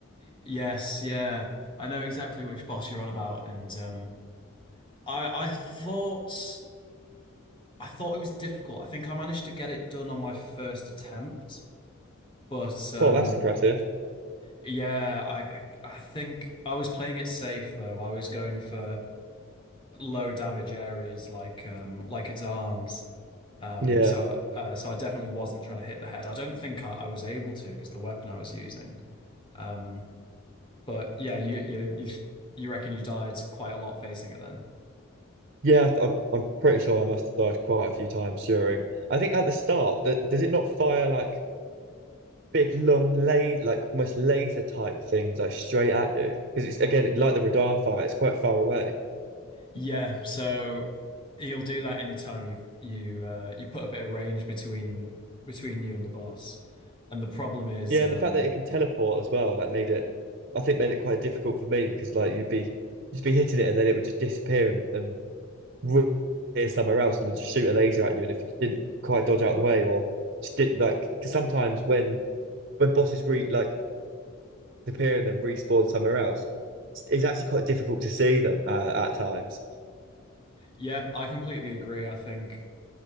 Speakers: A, on the left (about 25°); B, on the right (about 50°).
A: Yes, yeah. I know exactly which boss you're on about, and um, I I thought I thought it was difficult. I think I managed to get it done on my first attempt. But um,
B: Oh, that's impressive.
A: yeah, I, I I think I was playing it safe though. I was going for low damage areas like um like its arms. Um,
B: Yeah,
A: so uh, so I definitely wasn't trying to hit the head. I don't think I, I was able to because the weapon I was using. Um, but yeah, you you you you reckon you died quite a lot facing it then?
B: yeah. I, I'm I'm pretty sure I must have died quite a few times during. I think at the start, that does it not fire like? big long lay like almost laser type things like straight at you because it's again like the Radahn fight it's quite far away
A: Yeah, so he'll do that anytime you you uh, you put a bit of range between between you and the boss. And the problem is,
B: yeah
A: um,
B: and the fact that it can teleport as well like made it I think made it quite difficult for me because like you'd be you'd be hitting it and then it would just disappear and, and ru- appear somewhere else and then just shoot a laser at you and if you didn't quite dodge out of the way or just did like because sometimes when when bosses re like disappear and then respawn somewhere else it's, it's actually quite difficult to see them uh, at times
A: yeah, I completely agree. I think